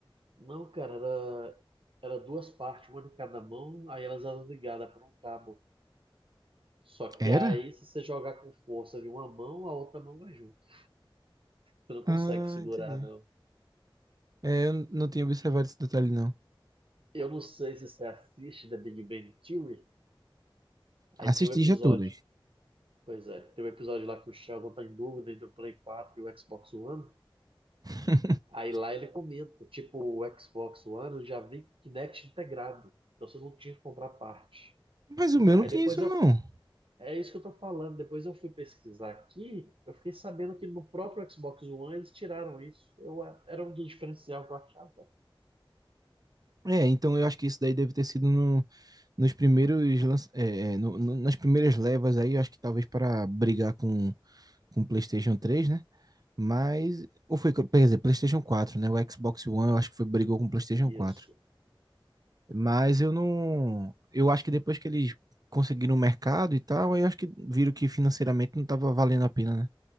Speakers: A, on the right; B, on the right.
A: Não, cara, era, era duas partes, uma de cada mão, aí elas eram ligadas por um cabo. Só
B: Era?
A: que aí, se você jogar com força de uma mão, a outra mão vai junto. Você não
B: Ah,
A: consegue segurar,
B: entendi.
A: não.
B: É, eu n- não tinha observado esse detalhe, não.
A: Eu não sei se você assiste The Big Bang Theory. Aí
B: Assisti
A: tem o episódio,
B: já todas.
A: pois é, tem o episódio lá que o Sheldon tá em dúvida entre o Play 4 e o Xbox One.
B: <laughs>
A: Aí lá ele comenta, tipo, o Xbox One já vem com Kinect integrado, então você não tinha que comprar parte.
B: Mas o meu
A: Aí
B: não tinha
A: depois
B: isso, não.
A: eu, é isso que eu tô falando, depois eu fui pesquisar aqui, eu fiquei sabendo que no próprio Xbox One eles tiraram isso. Eu, é, era um dos diferencial que eu achava.
B: É, então eu acho que isso daí deve ter sido no- nos primeiros, lança- é, é, no- no- nas primeiras levas aí, eu acho que talvez para brigar com com o PlayStation três, né? Mas, ou foi, quer dizer, PlayStation quatro, né? O Xbox One, eu acho que foi, brigou com o PlayStation
A: Isso.
B: quatro. Mas eu não, eu acho que depois que eles conseguiram o mercado e tal, aí eu acho que viram que financeiramente não estava valendo a pena, né?